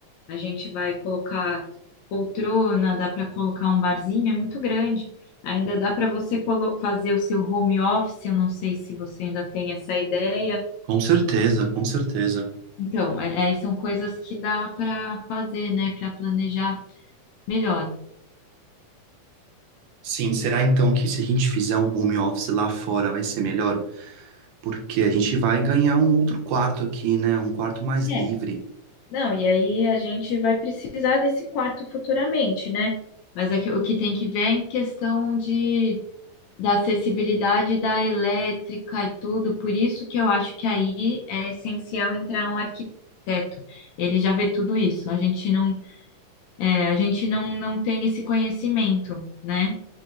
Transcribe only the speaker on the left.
a gente vai colocar poltrona, dá para colocar um barzinho, é muito grande. Ainda dá para você colo- fazer o seu home office, eu não sei se você ainda tem essa ideia.
Então, é, é- são coisas que dá para fazer, né, para planejar melhor.
É. Não, e aí a gente vai precisar desse quarto futuramente, né? Mas é que, o que tem que ver é em questão de da acessibilidade da elétrica e tudo, por isso que eu acho que aí é essencial entrar um arquiteto. Ele já vê tudo isso. A gente não, é, a gente não, não tem esse conhecimento, né?